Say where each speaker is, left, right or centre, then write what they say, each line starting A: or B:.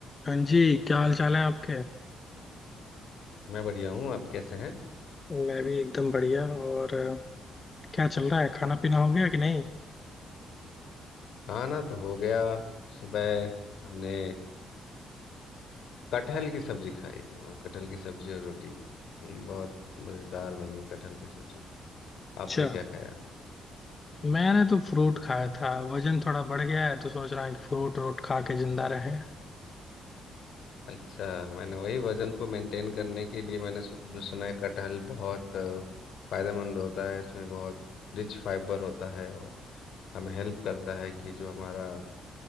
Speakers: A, on the left (about 30°); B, on the left (about 70°).
A: हाँ जी क्या हाल चाल है आपके
B: मैं बढ़िया हूँ आप कैसे हैं
A: मैं भी एकदम बढ़िया और अ, क्या चल रहा है खाना पीना हो गया कि नहीं
B: खाना तो हो गया सुबह हमने कटहल की सब्जी खाई और कटहल की सब्जी और रोटी हम्म, बहुत मज़ेदार बनी कटहल की सब्जी
A: अच्छा
B: आपने क्या खाया
A: मैंने तो फ्रूट खाया था वजन थोड़ा बढ़ गया है तो सोच रहा हूँ कि फ्रूट रोट खा के जिंदा रहे
B: अच्छा मैंने वही वजन को मेंटेन करने के लिए मैंने सु- सुना है कटहल बहुत अ, फायदेमंद होता है इसमें बहुत रिच फाइबर होता है और हमें हेल्प करता है कि जो हमारा